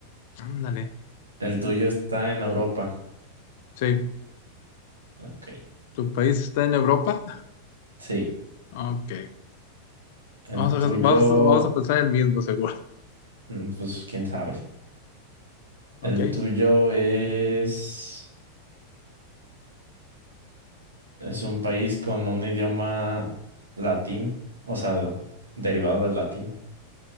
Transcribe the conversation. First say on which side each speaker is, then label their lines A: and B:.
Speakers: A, on the left (about 50°); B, on the right (about 75°).
A: Ándale.
B: el tuyo está en Europa.
A: Sí.
B: Ok.
A: ¿Tu país está en Europa?
B: Sí,
A: Ok.
B: el
A: Vamos
B: tuyo,
A: a, vamos, vamos a pensar el mismo, seguro.
B: mm, pues quién sabe.
A: Ok.
B: El tuyo es, es un país con un idioma latín, o sea, derivado del latín.